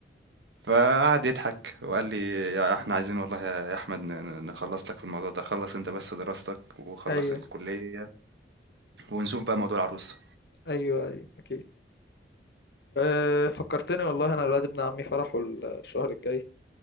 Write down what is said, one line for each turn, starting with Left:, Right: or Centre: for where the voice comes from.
Right: فقعد يضحك وقال لي يا احنا عايزين والله يا احمد ن- ن- نخلص لك في الموضوع ده خلص انت بس دراستك وخلص
Left: أيوه
Right: الكليه ونشوف بقى موضوع العروسه
Left: أيوه أيوه أكيد أه فكرتني والله أنا الواد ابن عمي فرحه ال- الشهر الجاي